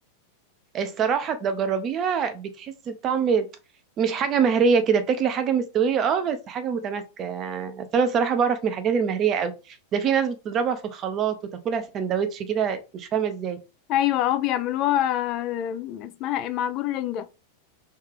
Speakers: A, on the right; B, on the left.
A: الصراحه ده جربيها بتحس بطعم مش حاجه مهريه كده بتاكلي حاجه مستويه اه بس حاجه متماسكه أصل انا الصراحه بعرف من الحاجات المهريه قوي ده في ناس بتضربها في الخلاط وتاكلها سندوتش كده مش فاهمه ازاي
B: ايوه اه بيعملوها آه، اسمها ايه معجون رنجة